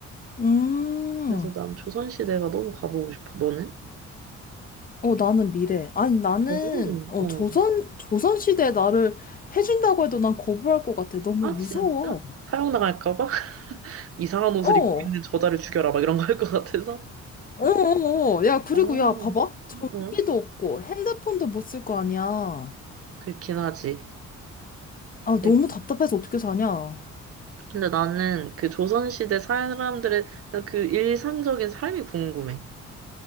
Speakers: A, on the left; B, on the right.
A: 음,
B: 그래서 난 조선시대가 너무 가보고 싶어. 너는?
A: 어, 나는 미래. 아니, 나는,
B: 오,
A: 어, 조선,
B: 어.
A: 조선시대에 나를 해준다고 해도 난 거부할 것 같아. 너무
B: 아,
A: 무서워.
B: 진짜? 사형 당할까 봐? <laughs> 이상한 옷을
A: 어.
B: 입고 있는 저자를 죽여라. 막 이런 거 할 것 같아서?
A: 어어어. 야, 그리고
B: 어,
A: 야, 봐봐. 전기도
B: 응?
A: 없고 핸드폰도 못 쓸 거 아니야.
B: 그렇긴 하지.
A: 아,
B: 되게.
A: 너무 답답해서 어떻게 사냐.
B: 근데 나는 그 조선시대 사람들의 그냥 그 일상적인 삶이 궁금해.